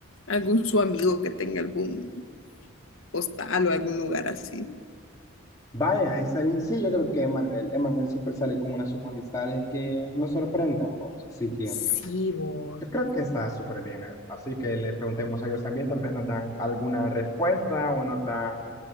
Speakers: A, on the left; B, on the left.
A: algún su amigo que tenga algún hostal o algún lugar así.
B: Vaya, está bien. Sí, yo creo que Emanuel, Emanuel siempre sale con unas sus amistades que nos sorprenden, vos. Así que
A: Sí, vos.
B: yo creo que está súper bien. eh. Así que le preguntemos a ellos también, tal vez nos dan alguna respuesta o nos dan